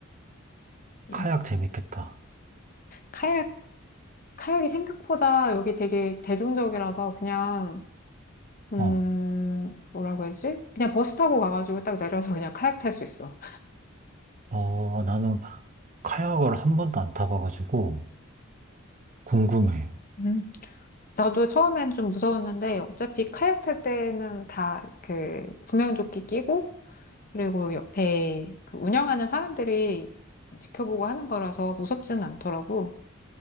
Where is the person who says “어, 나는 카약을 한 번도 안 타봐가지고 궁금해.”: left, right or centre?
Right